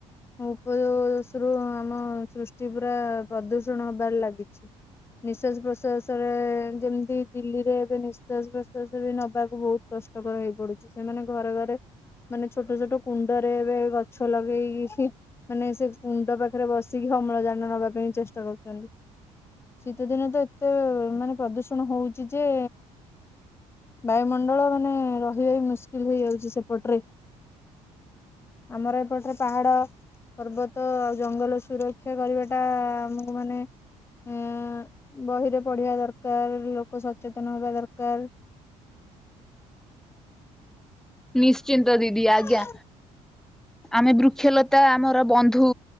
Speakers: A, on the left; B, in the centre.
A: <unintelligible> ସୃଷ୍ଟି ପୁରା ପ୍ରଦୂଷଣ ହେବାରେ ଲାଗିଛି। ନିଶ୍ୱାସ ପ୍ରଶ୍ୱାସରେ ଯେମିତି ଦିଲ୍ଲୀରେ ଏବେ ନି ନିଶ୍ୱାସ ପ୍ରଶ୍ୱାସ ବି ନବାକୁ ବହୁତ କଷ୍ଟକର ହେଇ ପଡୁଛି ସେମାନେ ଘରେ ଘରେ ମାନେ ଛୋଟ ଛୋଟ କୁଣ୍ଡରେ ଏବେ ଗଛ ଲଗେଇକି ସେ ମାନେ ସେ ମୁଣ୍ଡ ପାଖରେ ବସିକି ଅମଳଜାନ ନବା ପାଇଁ ଚେଷ୍ଟା କରୁଛନ୍ତି। ଶୀତଦିନେ ତ ଏତେ ମାନେ ପ୍ରଦୂଷଣ ହଉଛି ଯେ ବାୟୁମଣ୍ଡଳ ମାନେ ରହିବା ହଉନି ମୁସ୍କିଲ ହେଇଯାଉଛି ସେପଟରେ। ଆମର ଏପଟରେ ପାହାଡ ପର୍ବତ ଆଉ ଜଙ୍ଗଲ ସୁରକ୍ଷା କରିବାଟା ଆମକୁ ମାନେ ଆଁ ବହିରେ ପଢିବା ଦରକାର ଲୋକ ସଚେତନ ହବା ଦରକାର।
B: ନିଶ୍ଚିନ୍ତ ଦିଦି ଆଜ୍ଞା
A: ହଁ
B: ଆମେ ବୃକ୍ଷଲତା ଆମର ବନ୍ଧୁ